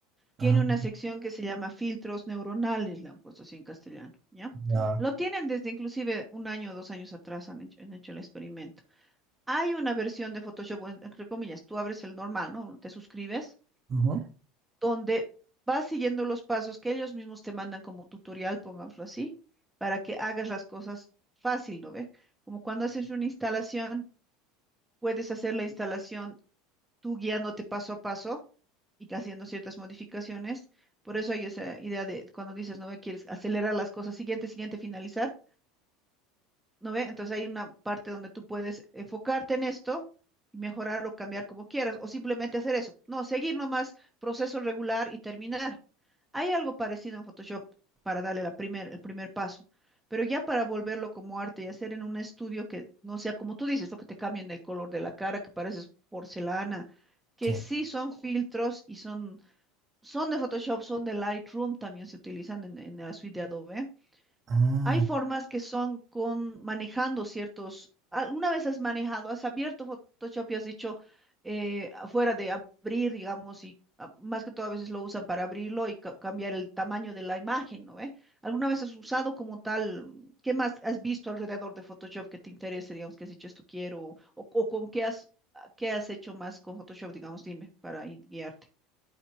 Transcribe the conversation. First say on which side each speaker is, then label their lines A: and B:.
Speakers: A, on the right; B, in the centre.
A: Ah,
B: Tiene una sección que se llama filtros neuronales, le han puesto así en castellano, ¿ya?
A: ya.
B: Lo tienen desde inclusive un año o dos años atrás, han hecho, han hecho el experimento. Hay una versión de Photoshop, bueno, entre comillas, tú abres el normal, ¿no? Te suscribes,
A: ujú,
B: donde vas siguiendo los pasos que ellos mismos te mandan como tutorial, pongámoslo así, para que hagas las cosas fácil, ¿no ve? Como cuando haces una instalación, puedes hacer la instalación tú guiándote paso a paso y haciendo ciertas modificaciones. Por eso hay esa idea de cuando dices, no me quieres acelerar las cosas, siguiente, siguiente, finalizar. ¿No ve? Entonces hay una parte donde tú puedes enfocarte en esto y mejorar o cambiar como quieras, o simplemente hacer eso. No, seguir nomás proceso regular y terminar. Hay algo parecido en Photoshop para darle la primer, el primer paso, pero ya para volverlo como arte y hacer en un estudio que no sea como tú dices, lo que te cambien el color de la cara, que pareces porcelana, que
A: Sí.
B: sí son filtros y son, son de Photoshop, son de Lightroom, también se utilizan en, en la suite de Adobe.
A: Ah.
B: Hay formas que son con manejando ciertos. ¿Alguna vez has manejado, has abierto Photoshop y has dicho, eh, afuera de abrir, digamos, y ah, más que todo a veces lo usan para abrirlo y ca- cambiar el tamaño de la imagen, ¿no? ve? ¿Alguna vez has usado como tal? mm, ¿Qué más has visto alrededor de Photoshop que te interese, digamos, que has dicho esto quiero? ¿O, o con qué has, ah, qué has hecho más con Photoshop, digamos, dime, para ir- guiarte?